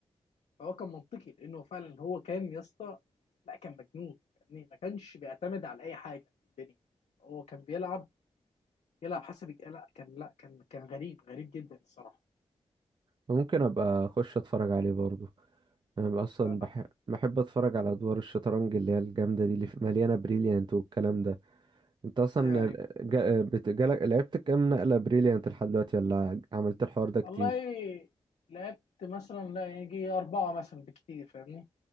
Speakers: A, on the left (about 75°); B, on the right (about 40°).
A: فهو كان منطقي لانه فعلا هو كان يا اسطى لا كان مجنون يعني ما كانش بيعتمد على اي حاجه في الدنيا هو كان بيلعب يلعب حسب الج- لا كان لا كان كان غريب غريب جدا الصراحه
B: ممكن ابقى اخش اتفرج عليه برضو انا اصلا
A: لا لا
B: بحب بحب اتفرج على ادوار الشطرنج اللي هي الجامده دي اللي في- مليانه بريليانت والكلام ده انت اصلا
A: أي.
B: ال- جا... بت... جالك... لعبت كام نقله بريليانت لحد دلوقتي ولا عملت الحوار ده كتير
A: والله لعبت مثلا لا يجي اربعه مثلا بكتير فاهمني